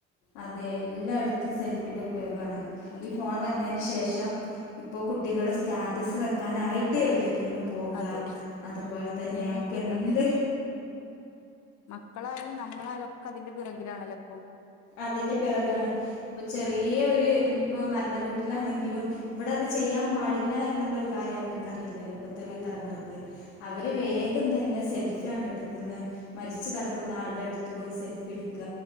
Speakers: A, on the left (about 80°); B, on the left (about 50°).
A: അതെ എല്ലാടത്തും സെൽഫിയുടെ ഉപയോഗമാണല്ലോ
B: അതെ
A: ഈ ഫോൺ വന്നതിന് ശേഷം ഇപ്പോ കുട്ടികൾ സ്റ്റാറ്റസ് ക്കാനായിട്ട് എവിടെങ്കിലും പോക
B: അതെ
A: അതുപോലെ
B: എന്തെങ്കിലും
A: തന്നെ നമ്മുക്ക് എന്ത്
B: അതെ മക്കളായാലും നമ്മളായാലും ഒക്കെ അതിന്റെ പിറകിലാണല്ലോ ഇപ്പം
A: അതിന്റെ പിറകാണ് ചെറിയൊരു ഇനിയിപ്പോ മരണ വീട്ടിലാണെങ്കിലും ഇവിടെ അത് ചെയ്യാൻ പാടില്ല എന്നുള്ളരു കാര്യം അവർക്കറിയില്ലല്ലോ ഇപ്പഴ്ത്തൊരു
B: അതെ
A: തലമുറക്ക് അവര് വേഗം തന്നെ സെൽഫിയാണ് എടുക്കുന്നെ മരിച്ചു കിടക്കുന്ന ആളുടെ അടുത്ത്പോയി സെൽഫി എടുക്ക